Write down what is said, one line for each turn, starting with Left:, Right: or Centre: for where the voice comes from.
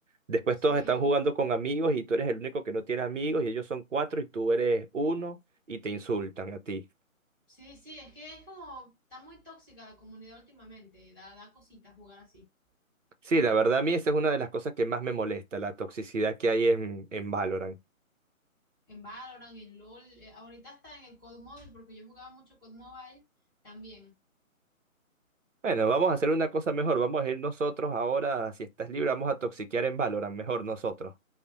Right: después
Left: Sí,
Right: todos están jugando con amigos y tú eres el único que no tiene amigos y ellos son cuatro y tú eres uno y te insultan a ti.
Left: sí, sí, es que es como, está muy tóxica la comunidad últimamente, da, da cositas jugar así.
Right: Sí, la verdad a mí esa es una de las cosas que más me molesta, la toxicidad que hay en, en Valorant.
Left: En Valorant, en LOL, eh, ahorita está en el COD Mobile, porque yo jugaba mucho COD Mobile también.
Right: Bueno, vamos a hacer una cosa mejor. Vamos a ir nosotros ahora, si estás libre, vamos a toxiquear en Valorant, mejor nosotros.